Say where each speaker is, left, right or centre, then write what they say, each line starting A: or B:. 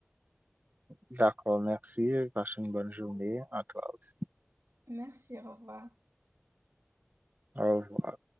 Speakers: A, on the right; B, on the right.
A: D'accord, merci. Passe une bonne journée à toi aussi.
B: Merci, au revoir.
A: Au revoir.